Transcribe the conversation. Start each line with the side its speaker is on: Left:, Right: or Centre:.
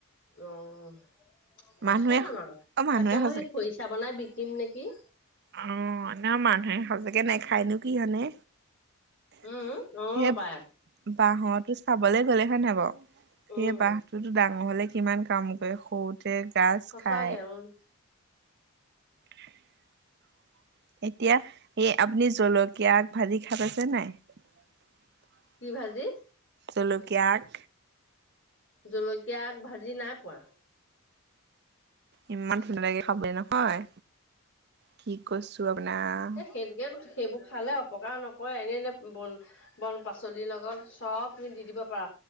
Left: অঁ'
Right: মানুহে
Left: আছে আমাৰ
Right: অ মানুহে
Left: তাকে
Right: সঁচাকে
Left: মই সেই খৰিচা বনাই বিকিম নেকি।
Right: অঁ' ন মানুহে সচাকে নেখায়নো কি হনে।
Left: উম, অ',
Right: সেই
Left: পাই,
Right: বাঁহৰটো চাবলে গ'লে হয় নহয় বাৰু
Left: উম,
Right: সেই বাঁহ টোতো ডাঙৰ হ'লে কিমান কাম কৰে, সৰুতে গাছ
Left: সঁচাকে
Right: খায়
Left: উম,
Right: <unintelligible> এতিয়া এই আপুনি জলকীয়া আগ ভাজি খাই পাইছে নে নাই? <unintelligible>
Left: কি ভাজি?
Right: জলকীয়া আগ।
Left: জলকীয়া আগ ভাজি নাই পোৱা।
Right: ইমান ধুনীয়া লাগে খাবলৈ নহয়, কি কৈছো আপোনাক।
Left: এ সেইটোকে, সেইবোৰ খালে অপকাৰ নকৰে এনেই এনেই বন বন পাচলিৰ লগত চ'ব তুমি দি দিব পাৰা।